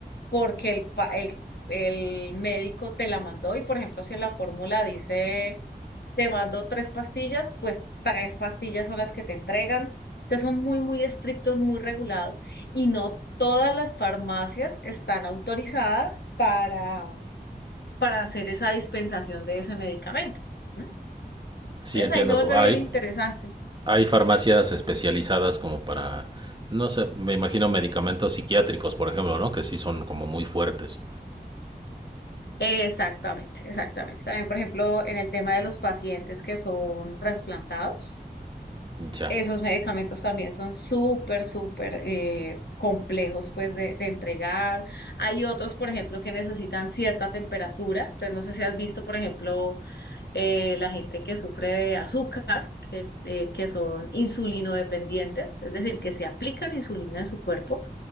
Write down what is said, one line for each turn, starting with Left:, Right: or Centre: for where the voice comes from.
Left: porque el, pa- el, el médico te la mandó y, por ejemplo, si en la fórmula dice, te mando tres pastillas, pues tres pastillas son las que te entregan. Entonces son muy, muy estrictos, muy regulados y no todas las farmacias están autorizadas para, para hacer esa dispensación de ese medicamento. ¿no?
Right: Sí,
Left: Entonces
Right: entiendo.
Left: ahí se vuelve
Right: Hay,
Left: bien interesante.
Right: Hay farmacias especializadas como para, no sé, me imagino medicamentos psiquiátricos, por ejemplo, ¿no? Que sí son como muy fuertes.
Left: Exactamente, exactamente. También, por ejemplo, en el tema de los pacientes que son trasplantados,
Right: Ya,
Left: esos medicamentos también son súper, súper eh, complejos pues de, de entregar. Hay otros, por ejemplo, que necesitan cierta temperatura. Entonces, no sé si has visto, por ejemplo, eh, la gente que sufre de azúcar, que, eh, que son insulinodependientes, es decir, que se aplican insulina en su cuerpo